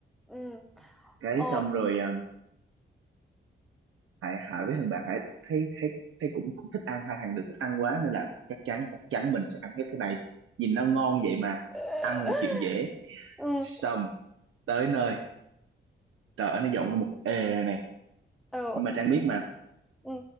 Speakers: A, in the centre; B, on the right.
A: ừ
B: cái
A: ồ
B: xong rồi à, Hải Hải với thằng bạn Hải thấy thấy thấy cũng cũng thích ăn hai thằng đều thích ăn quá nên là chắc chắn chắc chắn mình sẽ ăn hết cái này nhìn nó ngon vậy mà
A: <laughs>
B: ăn là chuyện dễ
A: ừ
B: xong tới nơi trời ơi nó dọn ra một ề này
A: ừ
B: nhưng mà Trang biết mà
A: ừ